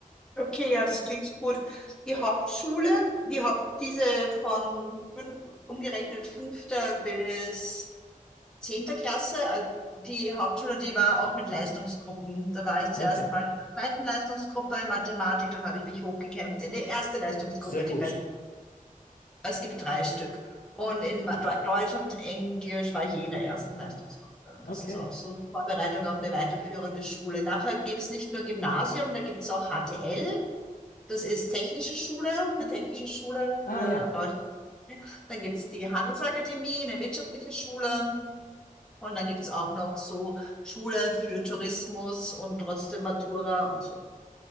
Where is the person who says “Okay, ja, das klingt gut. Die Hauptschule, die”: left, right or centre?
Centre